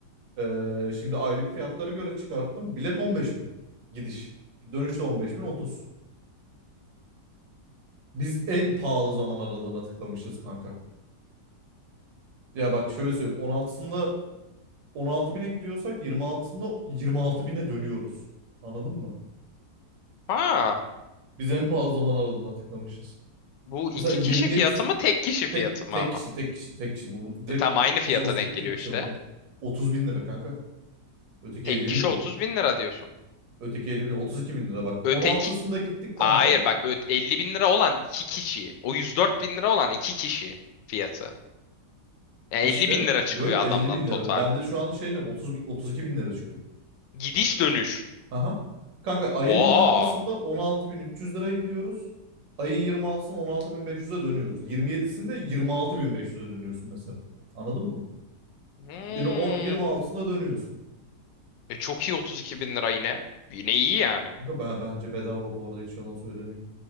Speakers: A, on the right; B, on the left.
A: e, şimdi aylık fiyatlara göre çıkarttım. Bilet 15 bin. Gidiş. Dönüşte 15 bin 30. Biz en pahalı zaman aralığına tıklamışız kanka. Ya bak şöyle söyleyeyim. 16'sında 16 bine gidiyorsak 26'sında 26 bine dönüyoruz. Anladın mı?
B: Ha,
A: Biz en pahalı zaman aralığına tıklamışız.
B: bu iki
A: Mesela 27
B: kişi fiyatı mı tek kişi fiyatı
A: Tek
B: mı
A: tek
B: ama?
A: kişi tek kişi tek kişi bu direkt
B: E tam aynı fiyata
A: düz olsun
B: denk
A: diye
B: geliyor
A: tek kişi
B: işte.
A: bakın. 30 bin lira kanka. Öteki
B: Tek
A: 50
B: kişi
A: bindi.
B: 30 bin lira diyorsun.
A: Öteki 50 bin 32 bin lira bak.
B: Öteki...
A: 16'sında gittik
B: Hayır
A: kanka.
B: bak ö- 50 bin lira olan iki kişi. O 104 bin lira olan iki kişi fiyatı. Yani
A: İşte
B: 50 bin lira çıkıyor
A: böl
B: adamdan
A: 50 bin
B: total.
A: lira. Ben de şu anda şey diyorum 30, bin- 32 bin lira çıkıyor.
B: Gidiş dönüş.
A: Aha. Kanka ayın
B: Oo.
A: 16'sında 16 bin 300 liraya gidiyoruz. Ayın 26'sında 16 bin 500'e dönüyoruz. 27'sinde 26 bin 500'e dönüyorsun mesela. Anladın mı?
B: Hmm.
A: Yine on- 26'sında dönüyorsun.
B: E çok iyi 32 bin lira yine. Yine iyi yani.
A: Kanka ben, bence bedava bu arada hiç yalan söylemeyeyim.